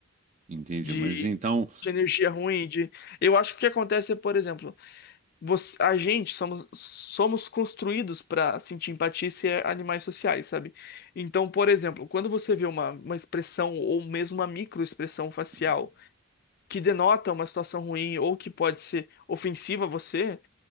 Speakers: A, on the right; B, on the left.
A: Entendi.
B: De,
A: Mas então.
B: de energia ruim, de... Eu acho que o que acontece é, por exemplo, você, a gente somos, somos construídos pra sentir empatia e ser animais sociais, sabe? Então, por exemplo, quando você vê uma, uma expressão ou mesmo uma microexpressão facial
A: hum,
B: que denota uma situação ruim ou que pode ser ofensiva a você,